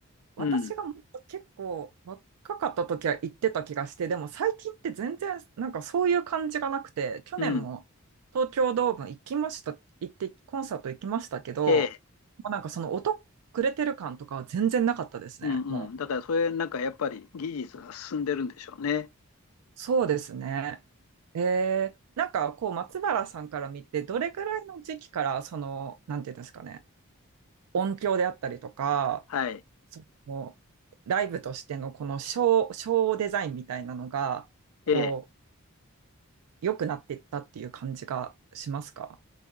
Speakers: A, on the right (about 90°); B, on the left (about 70°).
A: 私がもっと結構若かった時は行ってた気がして、
B: うん、
A: でも最近って全然なんかそういう感じがなくて、去年も東京ドーム行きました、
B: うん、
A: 行ってコンサート行きましたけど、も
B: ええ。
A: うなんかその音くれてる感とかは全然なかったですね。
B: うんうん。
A: もう。
B: だからそれなんかやっぱり技術が進んでるんでしょうね。
A: そうですね。えー、なんかこう松原さんから見て、どれぐらいの時期からその、なんていうんですかね、音響であったりとか、
B: はい。
A: そのライブとしてのこのショー、ショーデザインみたいなのが、こ
B: ええ
A: う、良くなっていったっていう感じがしますか